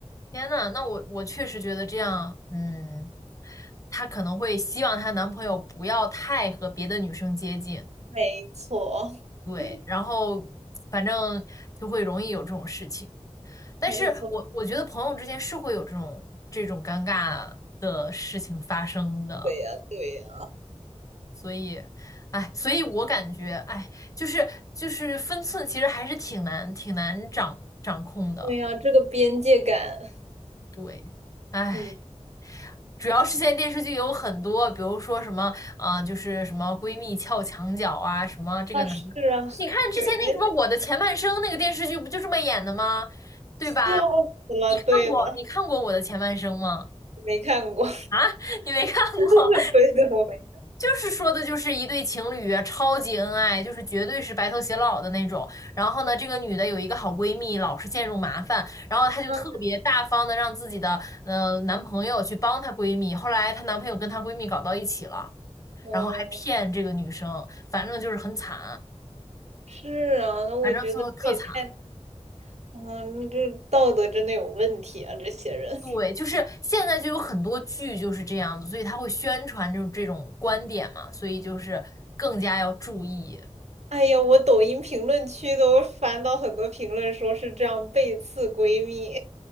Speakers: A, on the left; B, on the right.
A: 天呐，那我我确实觉得这样，嗯，她可能会希望她男朋友不要太和别的女生接近，
B: 没错，
A: 对，
B: <laughs>
A: 然后反正就会容易有这种事情。但是我我觉得朋友之间是会有这种这种尴尬的事情发生的，
B: 没错，对呀，对呀，
A: 所以，哎，所以我感觉，哎，就是就是分寸其实还是挺难挺难掌掌控的。
B: 对呀，这个边界感，
A: 对，唉，
B: 嗯，
A: 主要是现在电视剧有很多，比如说什么，嗯、就是什么闺蜜撬墙角啊，什么这个男的，
B: 啊，是啊，
A: 你看之前那个什么《我的前半生》那个电视剧不就这么演的吗？
B: 给人
A: 对吧？
B: 笑死了，
A: 你看过你看过《我的前半生》吗？
B: 对的，没看过，
A: <laughs> 你没看过，
B: <laughs> 对的，我没看
A: 就是说的，就是一对情侣啊，超级恩爱，就是绝对是白头偕老的那种。然后呢，这个女的有一个好闺蜜，老是陷入麻烦，然后她就特别大方的让自己的呃男朋友去帮她闺蜜。
B: 过，
A: 后来她男朋友跟她闺蜜搞到一起了，
B: 嗯，
A: 然后还骗这个女生，反正就是很惨，
B: 是啊，那我觉得这也太，
A: 反正最后特惨。
B: 嗯，这道德真的有问题啊，这些人。
A: 对，就是现在就有很多剧就是这样子，所以他会宣传这种这种观点嘛，所以就是更加要注意。
B: 哎呀，我抖音评论区都翻到很多评论，说是这样背刺闺蜜。